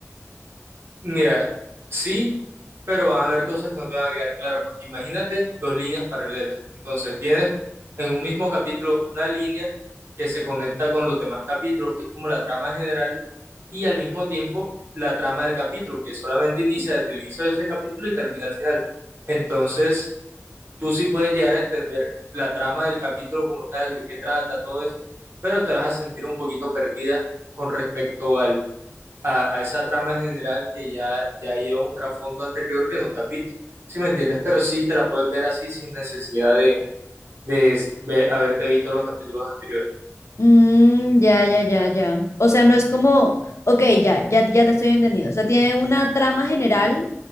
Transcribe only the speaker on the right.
Mira, sí, pero van a haber cosas que no te van a quedar claras, porque imagínate dos líneas paralelas. Entonces tienes en un mismo capítulo una línea que se conecta con los demás capítulos, que es como la trama general, y al mismo tiempo la trama del capítulo, que solamente inicia desde el inicio de ese capítulo y termina al final. Entonces tú sí puedes llegar a entender la trama del capítulo como tal, de qué trata, todo eso, pero te vas a sentir un poquito perdida con respecto al a, a esa trama general que ya, ya lleva un trasfondo anterior que no te has visto. ¿Sí me entiendes? Pero sí te la puedes ver así sin necesidad de, de s- ve- haberte visto los capítulos anteriores.